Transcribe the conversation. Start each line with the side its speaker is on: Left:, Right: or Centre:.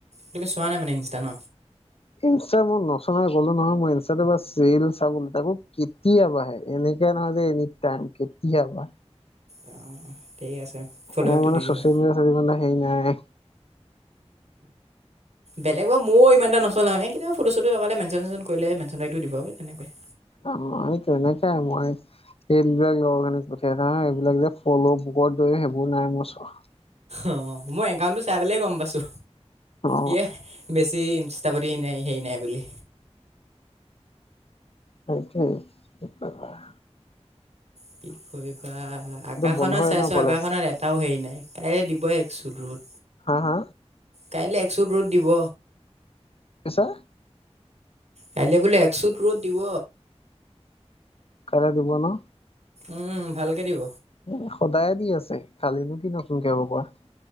Right: তুমি চোৱা নাই মানে ইনষ্টা ন?
Left: ইনষ্টা মই নচলাৱেই ক'লো নহয়, মই ইনষ্টাত ৰীলচ চাবলেহে, তাকো কেতিয়াাবঢাহে এনে। <unintelligible> এনিটাইম। কেতিয়াবা
Right: অ, ঠিক আছে ফ'ল'
Left: অ'
Right: বেকটো
Left: মানে
Right: দি
Left: চচিয়েল-মিডিয়াত
Right: দিবা
Left: ইমানটা সেই নাই।
Right: বেলেগৰ ময়ো ইমান এটা নচলাওঁ। এ কিন্তু ফটো-চটো লগালে, মেনচন কৰিলে মেনচন বেকটো দিব তেনেকোৱা এ।
Left: অ' তেনেকুৱাই মই। সেইবিলাকলৈ <unintelligible> এইবিলাক যে ফলো বোকৰ <unintelligible> সেইবোৰ নাই মোৰ চখ
Right: অ' মই একাউণ্টটো চাই পেলাই গম পাইছো।
Left: অ
Right: ইয় বেছি তাপাদি নাই, হেই নাই বুলি।
Left: সেইটোৱেই, কি কৰিব আৰু।
Right: <inaudible> বা আকাশখনত
Left: বন্ধই
Right: চাইছো
Left: ন কলেজ
Right: আকাশখনত এটাও হেৰি নাই। কাইলৈ দিব একচোত।
Left: হা হা
Right: কাইলৈ একচুত ৰ'দ দিব।
Left: ছা
Right: কাইলৈ বোলো একচুত ৰ'দ দিব।
Left: কাইলৈ দিব ন?
Right: উম ভালকে দিব।
Left: এ সদায়ে দি আছে। কালিনো কি নতুনকে <unintelligible>